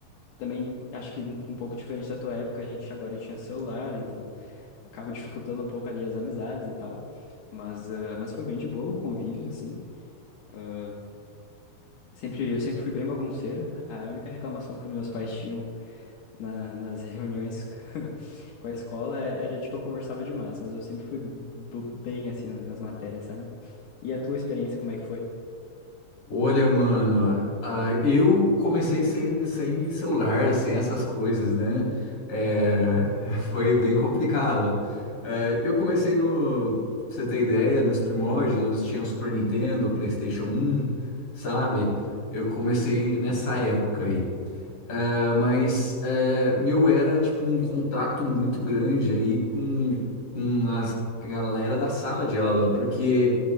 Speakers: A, on the left; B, on the left.
A: também acho que um pouco diferente da tua época, a gente agora tinha celular, então acaba dificultando um pouco ali as amizades e tal. Mas, ah, mas foi bem de boa o convívio, assim. Ah, Sempre, eu sempre fui bem bagunceiro. A única reclamação que os meus pais tinham na- nas reuniões <laughs> com a escola é, era de que eu conversava demais, mas eu sempre fui bo- bem assim nas matérias, sabe? E a tua experiência, como é que foi?
B: Olha, mano, ah, eu comecei sem, sem celular, sem essas coisas, né? É,
A: Aham.
B: <laughs> foi bem complicado. É, eu comecei no, pra você ter ideia, nos primórdios, onde tinha o Super Nintendo, o PlayStation um, sabe? Eu comecei nessa época aí. Ah, mas é, meu era tipo um contato muito grande aí com, com a galera da sala de aula, porque